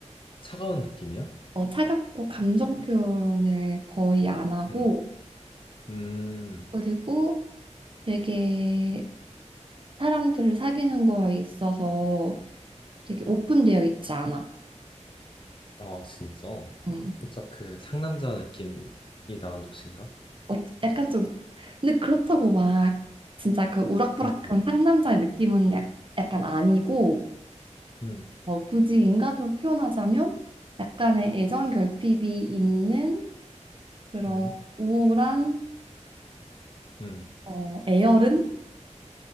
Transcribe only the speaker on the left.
차가운 느낌이야?
음. 음.
아, 진짜?
살짝 그 상남자 느낌이 나는 도시인가?
음.
음.
음.
음.